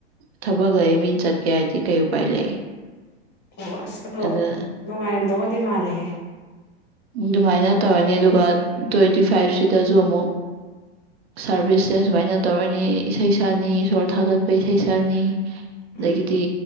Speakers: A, on the right (about 70°); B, on the left (about 30°).
A: ꯊꯕꯛ ꯂꯩ ꯃꯤꯅ ꯆꯠꯀꯦ ꯍꯥꯏꯗꯤ ꯀꯩ ꯎꯄꯥꯏ ꯂꯩ
B: ꯑꯣ ꯑꯁ ꯑꯗꯣ
A: ꯑꯗ
B: ꯅꯨꯡꯉꯥꯏꯔꯝꯗꯧꯒꯗꯤ ꯃꯥꯜꯂꯦꯍꯦ
A: ꯑꯗꯨꯃꯥꯏꯅ ꯇꯧꯔꯅꯤ ꯑꯗꯨꯒ ꯇ꯭ꯋꯦꯟꯇꯤ ꯐꯥꯏꯚ ꯁꯤꯗꯁꯨ ꯑꯃꯨꯛ
B: <unintelligible>
A: ꯁꯥꯔꯚꯤꯁꯁꯦ ꯁꯨꯃꯥꯏꯅ ꯇꯧꯔꯅꯤ ꯏꯁꯩ ꯁꯛꯅꯤ ꯏꯁꯣꯔ ꯊꯥꯒꯠꯄ ꯏꯁꯩ ꯁꯛꯅꯤ ꯑꯗꯒꯤꯗꯤ
B: ꯎꯝ